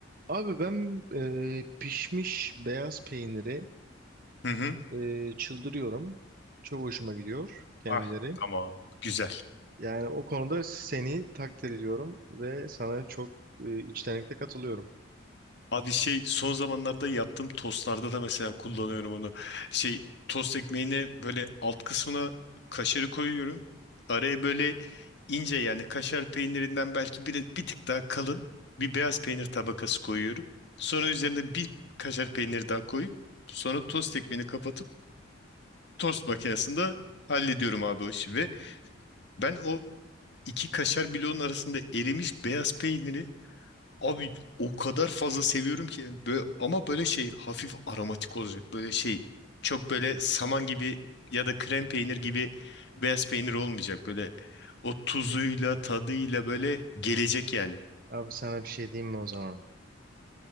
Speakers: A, on the right (about 45°); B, on the left (about 55°).
A: Abi ben e, pişmiş beyaz peyniri
B: Hı hı.
A: e, çıldırıyorum. Çok hoşuma gidiyor kendileri.
B: Ah tamam. Güzel.
A: Yani o konuda seni takdir ediyorum ve sana çok e, içtenlikle katılıyorum.
B: Abi şey son zamanlarda yaptığım tostlarda da mesela kullanıyorum onu. Şey tost ekmeğine böyle alt kısmına kaşarı koyuyorum. Araya böyle ince yani kaşar peynirinden belki bir, bir tık daha kalın bir beyaz peynir tabakası koyuyorum. Sonra üzerine bir kaşar peyniri daha koyup sonra tost ekmeğini kapatıp tost makinesinde hallediyorum abi o işi. Ve ben o iki kaşar bloğun arasında erimiş beyaz peyniri Abi o kadar fazla seviyorum ki böyle, ama böyle şey hafif aromatik olacak böyle şey çok böyle saman gibi ya da krem peynir gibi beyaz peynir olmayacak böyle o tuzuyla tadıyla böyle gelecek yani.
A: Abi sana bir şey diyeyim mi o zaman?